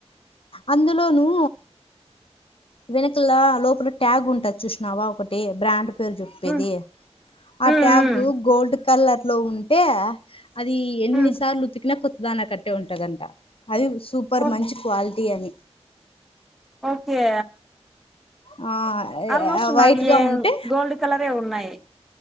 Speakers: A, on the left; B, in the centre.
A: అందులోను వెనకల లోపల ట్యాగ్ ఉంటది చూసినావా ఒకటి బ్రాండ్ పేరు చెప్పేది
B: ఉమ్
A: ఆ
B: ఉమ్ ఉమ్
A: ట్యాగు గోల్డ్ కలర్ లో ఉంటే అది ఎన్నిసార్లు
B: ఉమ్
A: ఉతికినా కొత్త దాని కట్టే ఉంటదంట అది సూపర్
B: ఓ
A: మంచి క్వాలిటీ టీఅని
B: ఓకే
A: ఆ
B: ఆల్మోస్ట్ నావి
A: వైట్గా
B: ఏ
A: ఉంటే
B: గోల్డ్ కలరే ఉన్నాయి